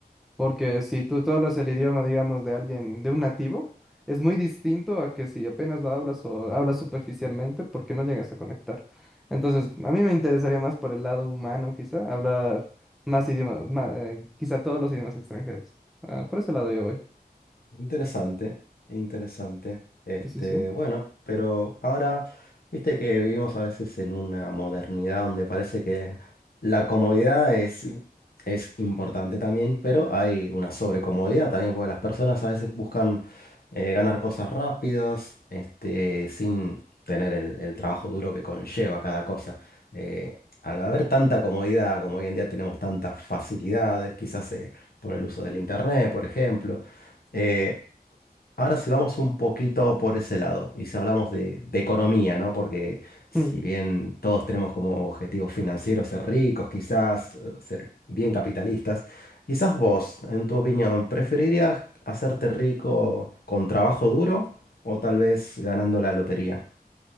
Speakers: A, in the centre; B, on the left.
A: Porque si tú, tú hablas el idioma, digamos, de alguien, de un nativo, es muy distinto a que si apenas lo hablas o hablas superficialmente porque no llegas a conectar. Entonces, a mí me interesaría más por el lado humano, quizá, hablar más idiomas, ma- eh, quizá todos los idiomas extranjeros. Ah, por ese lado yo voy.
B: Interesante, interesante. Este,
A: Sí, sí, sí.
B: bueno, pero ahora, viste que vivimos a veces en una modernidad donde parece que la comodidad es, es importante también, pero hay una sobrecomodidad también, porque las personas a veces buscan eh, ganar cosas rápidas, este, sin tener el, el trabajo duro que conlleva cada cosa. Eh, al haber tanta comodidad, como hoy en día tenemos tantas facilidades, quizás eh, por el uso del internet, por ejemplo. Eh, Ahora si vamos un poquito por ese lado y si hablamos de, de economía, ¿no? Porque si
A: Mm.
B: bien todos tenemos como objetivos financieros ser ricos, quizás eh, ser bien capitalistas, quizás vos, en tu opinión, ¿preferirías hacerte rico con trabajo duro o tal vez ganando la lotería?